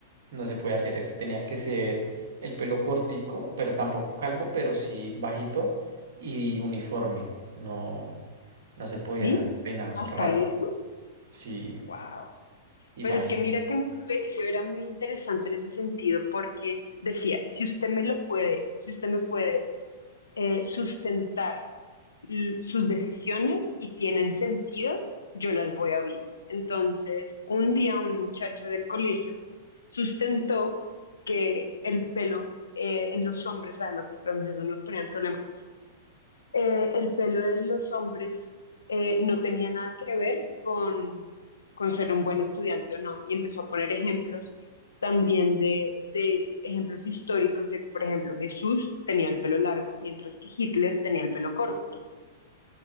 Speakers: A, on the right; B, on the left.
A: No se puede hacer eso. Tenía que ser el pelo cortico, pero tampoco calvo, pero sí bajito y uniforme. No, no se podía
B: ¿Sí?
A: dar peinados
B: ¿Hasta
A: raros.
B: eso?
A: Sí,
B: Wow.
A: imagínate.
B: Pues es que mira que mi colegio era muy interesante en ese sentido porque decía, si usted me lo puede, si usted me puede eh, sustentar l- sus decisiones y tienen sentido, yo las voy a oír. Entonces, un día un muchacho del colegio sustentó que el pelo eh, en los hombres, además porque las mujeres no nos ponían problema eh, el pelo de los hombres eh, no tenía nada que ver con, con ser un buen estudiante o no. Y empezó a poner ejemplos también de, de ejemplos históricos de que, por ejemplo, Jesús tenía el pelo largo, mientras que Hitler tenía el pelo corto.